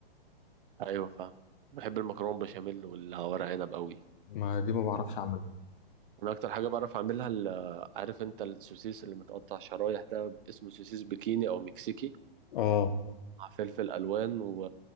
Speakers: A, on the right; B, on the left.
A: ايوه فاهم بحب المكرونه بشاميل والورق عنب قوي
B: ما دي ما بعرفش اعملها
A: انا اكتر حاجه بعرف اعملها ال- عارف انت السوسيس اللي متقطع شرايح ده اسمه سوسيس بكيني او مكسيكي
B: اه
A: مع فلفل الوان و...